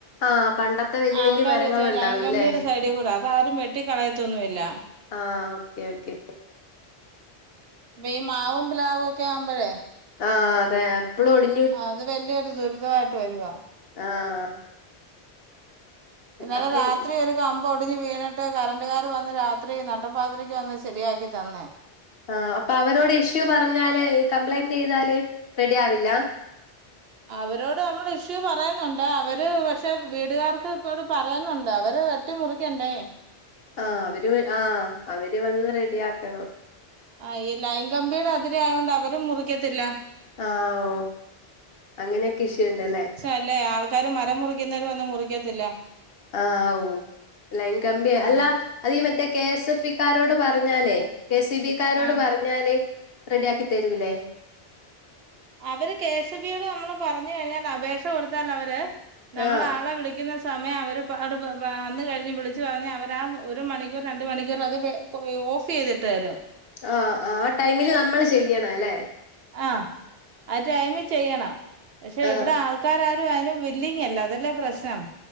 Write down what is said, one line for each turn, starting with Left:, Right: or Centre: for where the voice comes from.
Left: ആഹ് പണ്ടത്തെ വല്യ
Right: ആൾക്കാര്
Left: വല്യ മരങ്ങളുണ്ടാവൂല്ലേ
Right: വെച്ച ലൈൻങ്കമ്പിയുടെ സൈഡിൽ കൂടെ അത ആരും വെട്ടിക്കളയത്തൊന്നു ഇല്ല
Left: ആഹ ഓക്കെ ഓക്കെ
Right: ഈ മാവും പ്ലാവ ഒക്കെ ആവുമ്പോഴേ
Left: ആഹ അതെ അപ്പളും ഓടി
Right: ആ അത് വലിയൊരു ദുരിതമായിട്ട് വരുവാ
Left: ആഹ്
Right: ഇന്നലെ
Left: അപ്പം
Right: രാത്രി ഒരു ടിഞ്ഞ് വീണിട്ട് കറണ്ടുകാർ വന്ന് രാത്രി നട്ടപ്പാത്രക്ക് വന്ന് ശരിയാക്കി തന്നേ
Left: ആഹ് അപ്പൊ അവരോട് ഇഷ്യൂ പറഞ്ഞാല് കംപ്ലൈന്റ് ചെയ്താല് റെഡി ആവില്ല
Right: അവരോട് നമ്മള് ഇഷ്യൂ പറയുന്നുണ്ട് അവര് പക്ഷെ വീടുകാർക്ക് ഇപ്പോട് പറയുന്നുണ്ട് അവര് വെട്ടി മുറിക്കണ്ടേ
Left: ആഹ് അവര് ആഹ് അവര് വന്ന് റെഡി ആക്കണം
Right: ആഹ് ഈ ലൈൻ കമ്പിയുടെ അതിര ആയ കൊണ്ട് അവരും മുറിക്കത്തില്ല
Left: ആഹ് ഓ അങ്ങനെയൊക്കെ ഇഷ്യൂ യുണ്ടല്ലേ
Right: അല്ലേ ആൾക്കാര് മരം മുറിക്കുന്നവർ വന്ന മുറിക്കത്തില്ല
Left: ആഹ ഓ ലൈൻകമ്പി
Right: ആഹ്
Left: അല്ല അത മറ്റേ കെ എസ് എഫ് ഇക്കാരോട് പറഞ്ഞാലേ കെ സി ബിക്കാരോട്
Right: ആഹ്
Left: പറഞ്ഞ ഞാല് റെഡി ആക്കി തരൂല്ലേ
Right: അവര് കെ എസ് ബിയോട് നമ്മള് പറഞ്ഞു കഴിഞ്ഞാൽ അപേക്ഷ കൊടുത്താൽ അവര് നമ്മള
Left: ആ
Right: ആളെ വിളിക്കുന്ന സമയം അവര്ട് വന്ന കഴിഞ്ഞ് വിളിച്ച് പറഞ്ഞ് അവരാ ആ ഒരു മണിക്കൂർ രണ്ട മണിക്കൂർ അത് ഓഫ് ചെയ്തിട്ടരം
Left: ആഹ് ആഹ് ടൈമില് നമ്മൾ ചെയ്യണം അല്ലേ
Right: ആഹ് അ ടൈം ചെയ്യണം പക്ഷെ
Left: ആ
Right: ഇവിടെ ആൾ ആൾക്കാരാരും അതിനും വില്ലിങ്ങ അല്ല അതല്ലേ പ്രശ്നം